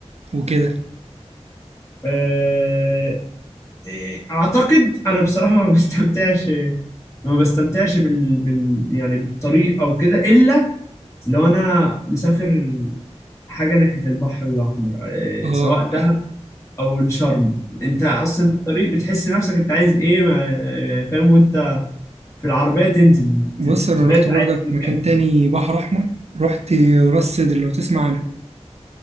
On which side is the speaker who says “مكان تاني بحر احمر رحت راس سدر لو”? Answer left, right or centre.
Right